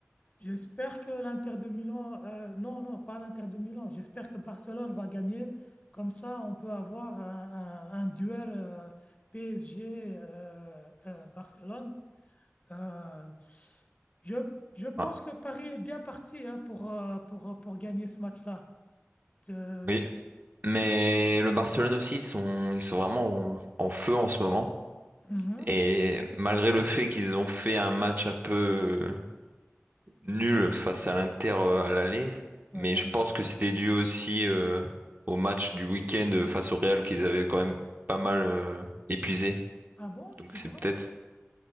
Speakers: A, on the left (about 30°); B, on the right (about 40°).
A: J'espère que l'Inter de Milan, euh, non, non, pas l'Inter de Milan. J'espère que Barcelone va gagner. Comme ça, on peut avoir un, un- un duel euh, PSG-Barcelone. Euh, je, je pense
B: Ah,
A: que Paris est bien parti hein, pour, euh, pour, euh, pour gagner ce match-là. Euh,
B: Oui, Mais le Barcelone aussi, ils sont, ils sont vraiment en, en feu en ce moment.
A: mhm,
B: Et malgré le fait qu'ils ont fait un match un peu euh, nul face à l'Inter euh, à l'aller,
A: la
B: mais
A: dernière
B: je pense que
A: fois.
B: c'était dû aussi euh, au match du week-end euh, face au Real qu'ils avaient quand même pas mal euh, épuisé.
A: Ah bon,
B: Donc
A: tu
B: c'est
A: crois?
B: peut-être...